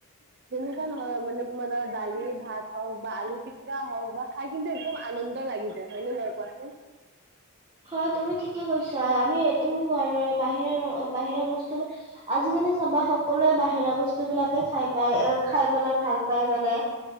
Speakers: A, on the right; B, on the right.
A: ও যেনেকুৱা নহয় মানে তোমাৰ ধৰা দালি ভাত হওঁক বা আলু পিটিক হওঁক বা খাই কিন্তু একদম আনন্দ লাগি যায় হয়নে নহয় কোৱাচোন?
B: হয় তুমি ঠিকে কৈছা আমি তুমি কোৱাৰ দৰা বাহিৰাৰ বাহিৰা বস্তু আজিকালি চাবা সকলোৱে বাহি বাহিৰা বস্তু বিলাকে খাই পাই এ খাই পাই ভাল পায় মানে